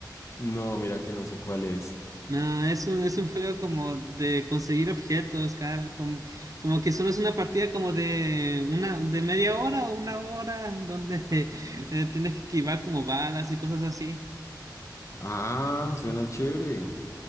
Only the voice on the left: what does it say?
No, mira que no sé cuál es.
Ah, suena chévere.